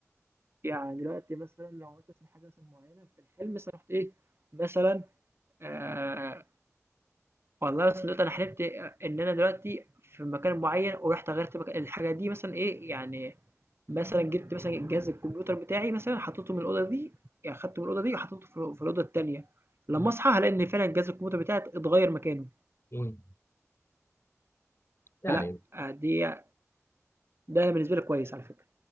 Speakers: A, on the right; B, on the left.
A: يعني دلوقتي مثلا لو عملت مثلا حاجه مثلا معينه في الحلم مثلا رحت ايه مثلا آه والله مثلا دلوقتي انا حلمت ان انا دلوقتي في مكان معين ورحت غيرت مكان الحاجه دي مثلا ايه يعني مثلًا جِبت مثلًا جهاز الكمبيوتر بتاعي مثلًا حطّيته من الأوضة دي، يعني خدته من الأوضة دي وحطّيته في في الأوضة التانية، لمّا
B: مم.
A: أصحى هالاقي إن فعلًا جهاز الكمبيوتر بتاعي ات اتغيّر مكانه،
B: مم. يعني
A: فلأ آه، دي ده بالنسبة لي كويس على فكرة،